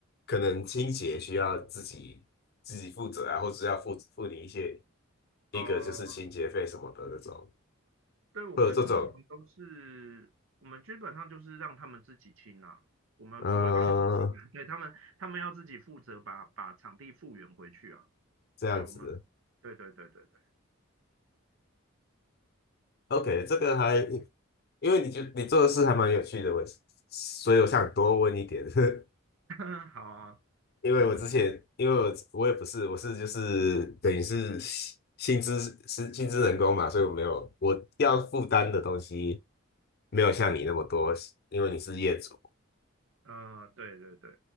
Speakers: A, on the left; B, on the right.
A: 可能清洁需要自己自己负责啊，或者是要付付你一些一个就是清洁费什么的那种，
B: 哦、对，我们通常都是，
A: 会有这种
B: 我们基本上就是让他们自己清啊，我们不会帮他己们清啊，
A: 嗯
B: <laughs> 对，他们，他们要自己负责把把场地复原回去啊。
A: 这样子的。
B: 对，我们，对对对对对，
A: OK，这个还因为你就你做的事还蛮有趣的，我所以我想多问一点。<laughs>
B: <laughs> 好啊，
A: 因为我之前，
B: 没问题。
A: 因为我我也不是，我是就是等于是薪薪资是薪资人工嘛，所以我没有我要负担的东西没有像你那么多，因为你是业主，
B: 嗯，呃，对对对，